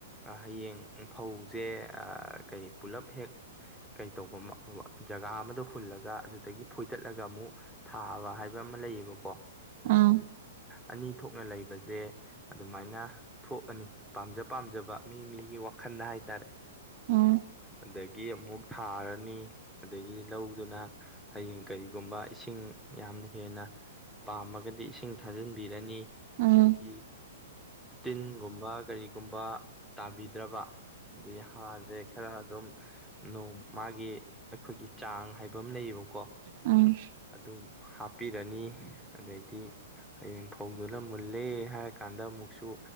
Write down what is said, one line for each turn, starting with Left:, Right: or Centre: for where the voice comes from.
Centre: ꯑ ꯍꯌꯦꯡ ꯐꯧꯖꯦ ꯑꯥ ꯀꯔꯤ ꯄꯨꯂꯞ ꯍꯦꯛ ꯀꯩꯇꯧꯕ ꯃ ꯑ ꯖꯒꯥ ꯑꯃꯗ ꯍꯨꯜꯂꯒ ꯑꯗꯨꯗꯒꯤ ꯐꯣꯏꯗꯠꯂꯒ ꯑꯃꯨꯛ ꯊꯥꯕ ꯍꯥꯏꯕ ꯑꯃ ꯂꯩꯌꯦꯕꯀꯣ꯫
Right: ꯎꯝ꯫
Centre: ꯑꯅꯤ ꯊꯣꯛꯅ ꯂꯩꯕꯁꯦ ꯑꯗꯨꯃꯥꯏꯅ ꯊꯣꯛꯑꯅꯤ ꯄꯥꯝꯖ ꯄꯥꯝꯖꯕ ꯃꯤ ꯃꯤꯒꯤ ꯋꯥꯈꯟꯗ ꯍꯥꯏꯇꯥꯔꯦ꯫
Right: ꯍꯥꯏ
Centre: ꯑꯗꯒꯤ ꯑꯃꯨꯛ ꯊꯥꯔꯅꯤ ꯑꯗꯒꯤ ꯂꯧꯗꯨꯅ ꯍꯌꯦꯡ ꯀꯔꯤꯒꯨꯝꯕ ꯏꯁꯤꯡ ꯌꯥꯝꯅ ꯍꯦꯟꯅ ꯄꯥꯝꯃꯒꯗꯤ ꯏꯁꯤꯡ ꯊꯥꯖꯤꯟꯕꯤꯔꯅꯤ꯫
Right: ꯎꯝ ꯎꯝ
Centre: ꯑꯗꯒꯤ ꯇꯤꯟꯒꯨꯝꯕ ꯀꯔꯤꯒꯨꯝꯕ ꯇꯥꯕꯤꯗꯕ꯫ ꯑꯗꯩ ꯍꯥꯔꯁꯦ ꯈꯔ ꯑꯗꯨꯝ ꯅꯣꯡ ꯃꯥꯒꯤ ꯑꯩꯈꯣꯏꯒꯤ ꯆꯥꯡ ꯍꯥꯏꯕ ꯑꯃ ꯂꯩꯌꯦꯕꯀꯣ꯫
Right: ꯑꯃ꯫
Centre: ꯑꯗꯨꯝ ꯍꯥꯞꯄꯤꯔꯅꯤ ꯑꯗꯩꯗꯤ ꯍꯌꯦꯡ ꯐꯧꯗꯨꯅ ꯃꯨꯜꯂꯦ ꯍꯥꯏꯔ ꯀꯥꯟꯗ ꯑꯃꯨꯛꯁꯨ